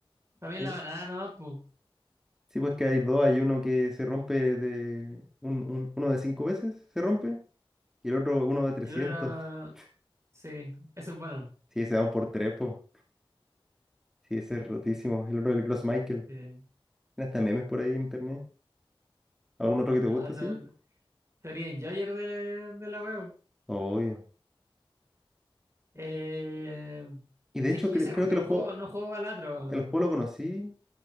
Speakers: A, on the right; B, in the centre.
A: pa' mí
B: ¿eh?
A: la banana nomás, po.
B: Sí, pues que hay dos, hay uno que se rompe de... Un, un- uno de cinco veces se rompe y el otro uno de 300.
A: Yo era-
B: <laughs>
A: Sí, eso es bueno.
B: Sí, se dan por trepo. Sí, ese es rotísimo. El otro del Cross Michael.
A: Sí.
B: Tiene hasta memes por ahí en internet. ¿Algún otro que te
A: No,
B: gusta,
A: te-
B: sí?
A: teoría enjoyer de, de la web.
B: Obvio.
A: Eh,
B: Y de
A: ¿sabes
B: hecho,
A: que
B: cre-
A: yo hace
B: creo
A: rato
B: que
A: no
B: el
A: juego,
B: juego,
A: no juego balatro? weón.
B: el juego lo conocí